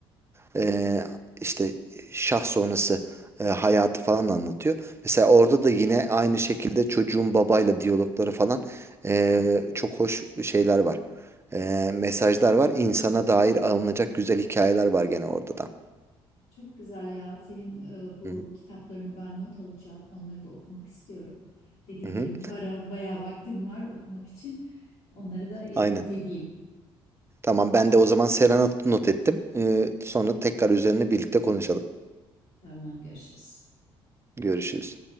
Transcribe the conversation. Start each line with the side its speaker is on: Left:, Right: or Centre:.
Right: e, işte şah sonrası e, hayatı falan anlatıyor. Mesela orada da yine aynı şekilde çocuğun babayla diyalogları falan e, çok hoş şeyler var. E, mesajlar var. İnsana dair alınacak güzel hikayeler var gene orada da.
Left: Çok güzel ya. Senin e, bu
Right: Hı hı.
Left: kitaplarını ben not alacağım. Onları da okumak istiyorum. Dediğim
Right: Hı hı.
Left: gibi bu ara bayağı vaktim var okumak için. Onları da e,
Right: Aynen.
Left: not edeyim.
Right: Tamam ben de o zaman Serenat'ı not ettim. E, sonra tekrar üzerine birlikte konuşalım.
Left: Tamam, görüşürüz.
Right: Görüşürüz.